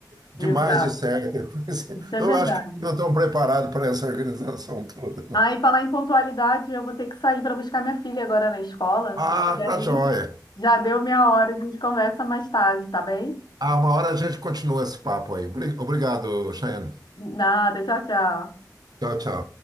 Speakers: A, on the right; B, on the left.
A: demais
B: exato.
A: de certo. <laughs>
B: Isso é
A: Eu
B: verdade.
A: acho que não estão preparados para essa organização toda, não.
B: Ah, e falar em pontualidade, eu vou ter que sair para buscar minha filha agora na escola.
A: Ah,
B: E
A: tá
B: aí,
A: joia.
B: já deu minha hora, a gente conversa mais tarde, tá bem?
A: Ah, uma hora a gente continua esse papo aí. Obri- Obrigado, Cheyenne.
B: Nada, tchau, tchau.
A: Tchau, tchau.